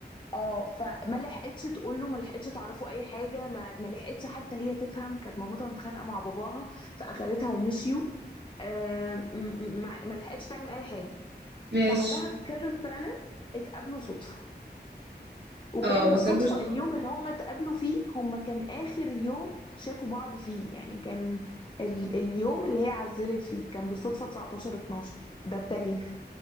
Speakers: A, on the left; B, on the right.
A: اه فما لحقتش تقول له ما لحقتش تعرفه اي حاجة ما, ما لحقتش حتى هي تفهم كانت مامتها متخانقة مع باباها فاخدتها ومشيوا آه م- م- ما ما لحقتش تعمل اي حاجة
B: ماشي
A: بعدها بكذا سنة اتقابلوا صدفة وكان
B: اه ما
A: بالصدفة
B: كانوش
A: اليوم اللي هم اتقابلوا فيه هم كان آخر يوم شافوا بعض فيه يعني كان ال اليوم اللي هي عزلت فيه كان بالصدفة 19 12 ده التاريخ